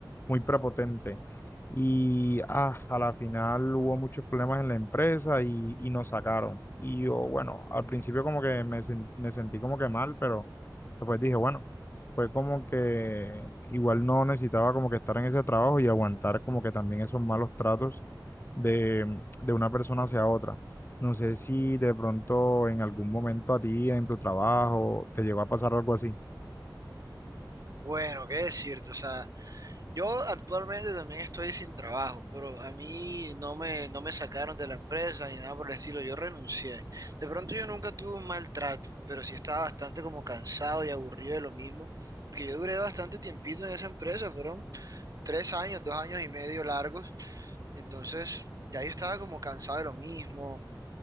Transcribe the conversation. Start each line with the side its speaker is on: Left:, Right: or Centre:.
Left: muy prepotente. Y ah, a la final hubo muchos problemas en la empresa y, y nos sacaron. Y yo, bueno, al principio como que me, sen- me sentí como que mal, pero después dije, bueno fue como que igual no necesitaba como que estar en ese trabajo y aguantar como que también esos malos tratos de, de una persona hacia otra. No sé si de pronto en algún momento a ti, en tu trabajo, te llegó a pasar algo así.
Right: Bueno, qué decirte, o sea, yo actualmente también estoy sin trabajo, pero a mí no me, no me sacaron de la empresa ni nada por el estilo, yo renuncié. De pronto yo nunca tuve un maltrato, pero sí estaba bastante como cansado y aburrido de lo mismo, porque yo duré bastante tiempito en esa empresa, fueron tres años, dos años y medio largos, entonces ya yo estaba como cansado de lo mismo,